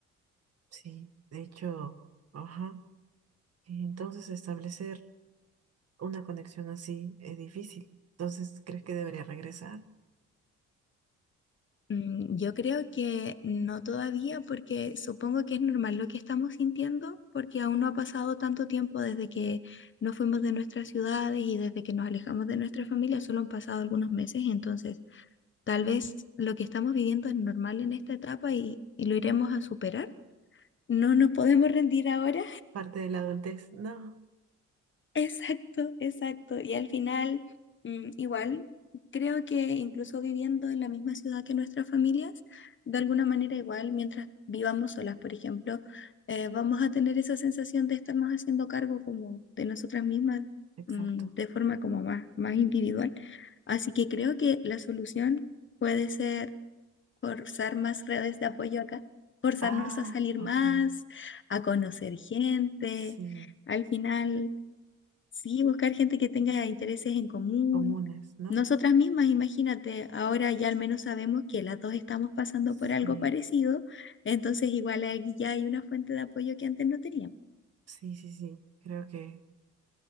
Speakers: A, on the right (about 55°); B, on the left (about 40°).
A: Sí, de hecho, ajá. Y Entonces, establecer una conexión así es difícil. Entonces, ¿crees que debería regresar?
B: mm, yo creo que no todavía, porque supongo que es normal lo que estamos sintiendo, porque aún no ha pasado tanto tiempo desde que nos fuimos de nuestras ciudades y desde que nos alejamos de nuestra familia, solo han pasado algunos meses, entonces tal vez lo que estamos viviendo es normal en esta etapa y, y lo iremos a superar. No nos podemos rendir ahora
A: Parte de la adultez. No,
B: Exacto, exacto. Y al final, mm, igual, creo que incluso viviendo en la misma ciudad que nuestras familias, de alguna manera igual, mientras vivamos solas, por ejemplo, eh, vamos a tener esa sensación de estarnos haciendo cargo como de nosotras mismas,
A: exacto.
B: mm, de forma como más, más individual. Así que creo que la solución puede ser forzar más redes de apoyo acá, forzarnos
A: Ah,
B: a salir
A: ok.
B: más, a conocer gente.
A: Sí,
B: Al final... Sí, buscar gente que tenga intereses en común.
A: comunes, ¿no?
B: Nosotras mismas, imagínate, ahora ya al menos sabemos que las dos estamos pasando
A: Sí,
B: por algo parecido, entonces igual ahí ya hay una fuente de apoyo que antes no teníamos.
A: sí, sí, sí. Creo que